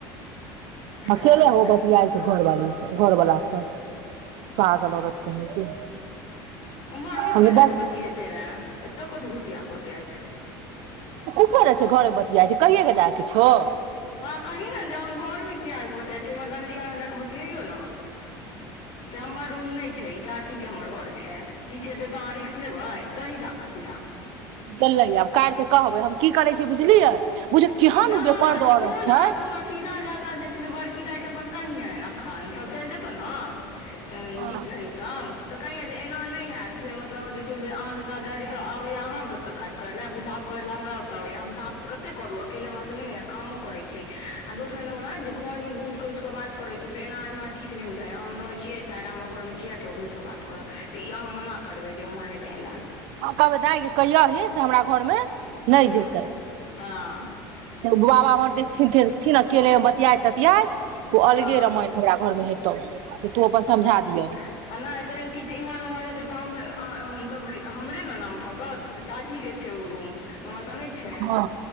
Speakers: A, on the left (about 60°); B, on the right (about 70°).
A: स्टाइल
B: अकेले
A: वाली
B: हो बतियाय छै घरवाली घरवला सँ पागल औरत कहीं के
A: उम्हर रोड
B: हमे
A: पर जा
B: बस
A: कऽ बतिएते रहे एतय कथी घुसिया कऽ बतियाय छै
B: घर बतिया छै कहि के जाके किछो
A: हँ कही ने जे हमाँ घरमे किया आ बत छीय हमर गली आरमे जा कऽ बतियैयौ ने <inaudible> से हमर रूम नहि छै ई चाची के हमर घर छै किछु हेते तऽ अहाँ रिस्क लेबय कही च काथी त
B: गेलए आब काल्हि त कहबै हम की करय छी बुझलियै बुझियौ केहन
A: नै
B: ओ बेपर्द
A: तऽ
B: औरत
A: तू न
B: छै
A: तू न सीधा जा कऽ जे छै से बड़ की दाय के अपन कहियनि अखन सब चलि जेतौ ने
B: हँ
A: गीत गहिन सब तऽ कहिये जे एना नहि ह होयैत से मतलब जे छै से अहाँके काजी तऽ आबैया अहाँके ओतय काज करै ले पेशाब करैले हमरा ओतय आबैये हम तऽ साफ कते करू अक केले अपने कामो करे छै आ दोसर नंबर बाद जे घर मे घुसि घुसि कऽ बात करे छै से एना ए ठीक नहि बुझाइ हम रहै छीयै सायारा हमर घरमे किया केओ घुसिक के बात करत से ई अहाँ मना करबै जे उम्हर नहि जाय लै
B: हँ कहबइ दाइ कहियही से हमरा घर मे
A: हूँ
B: नहि जतै
A: हँ
B: से उ भु म देखथिन देखथिन अकेले मे बतियाइत ततियाइत ओ अलगे
A: हँ
B: रामायण हमरा घर मे हेतौ से तू अपन
A: हँ
B: समझा दियह
A: आ नहि एक कि इम्हर उम्हर हे तै मतलब हमरे ने नाम फसत चाची के छै ओ रूम हमर तऽ नहि छै
B: हँ